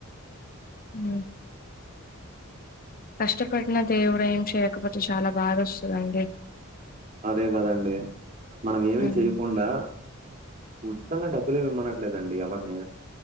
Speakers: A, on the left (about 45°); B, on the right (about 40°).
A: ఊ కష్టపడిన దేవుడు ఏం చేయకపోతే చాలా బాద వస్తుందండి
B: అదే కదండి మనం ఏమి
A: హ్మ్.
B: చేయ్యకుండా ఉచితంగా డబ్బులేమి ఇమనట్లేదండి ఎవరిని